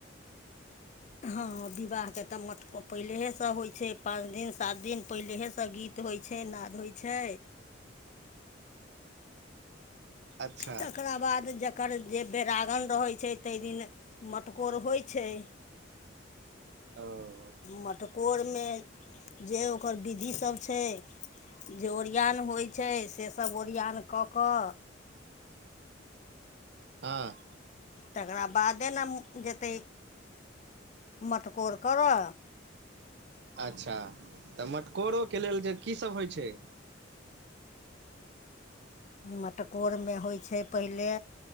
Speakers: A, on the left; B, on the right.
A: हँ विवाहके तऽ मटक पहिलेहे सँ होइ छै पाँच दिन सात दिन पहिलेहे सँ गीत गीत होइ छै नाद होइ छै
B: अच्छा
A: तकरा बाद ज कर, जे बेरागन रहै छै, तै दिन मटकोर होइ छै।
B: ओ
A: मटकोर मे, जे ओकर विधि सभ छै। जे ओरआन होइ छै, सेसभ ओरियान कऽ कऽ
B: हँ
A: तकरा बादे न जेतै, मटकोर करऽ
B: अच्छा, तऽ मटकोरो के लेल जे की सभ होइ छै
A: मटकोर मे होइ छै पहिले